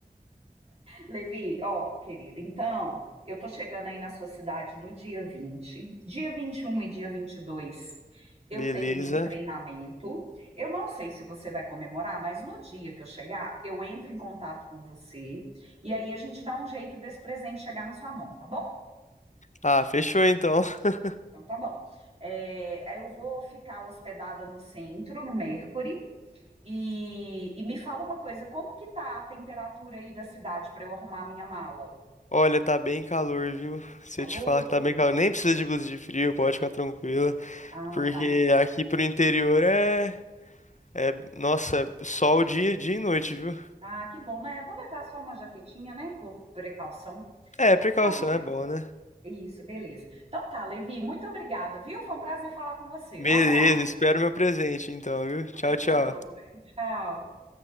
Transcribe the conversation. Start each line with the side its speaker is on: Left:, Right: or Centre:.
Right: Levi, ó, querido, então, eu tô chegando aí na sua cidade no dia 20, dia vinte e um e dia 22. Eu
Left: Beleza.
Right: tenho um treinamento. Eu não sei se você vai comemorar, mas no dia que eu chegar, eu entro em contato com você e aí a gente dá um jeito desse presente chegar na sua mão, tá bom?
Left: Ah, fechou então. <laughs>
Right: Então tá bom. É, eu vou ficar hospedada no centro, no Mercury. E, e me fala uma coisa, como que tá a temperatura aí da cidade para eu arrumar minha mala?
Left: Olha, tá bem calor, viu? Se
Right: Calor?
Left: eu te falar que tá bem calor, nem precisa de blusa de frio, pode ficar tranquila.
Right: Ah,
Left: Porque
Right: tá.
Left: aqui pro interior é, é, nossa, sol dia, dia e noite, viu?
Right: Ah, que bom, né? Vou levar só uma jaquetinha, né? Por precaução.
Left: É,
Right: Então
Left: precaução
Right: tá, meu
Left: é
Right: bem.
Left: bom, né?
Right: Isso, beleza. Então tá, Levi, muito obrigada, viu? Foi um prazer falar com você.
Left: Beleza,
Right: Um abraço.
Left: espero meu presente então, viu? Tchau,
Right: Tá,
Left: tchau.
Right: joia. Tchau.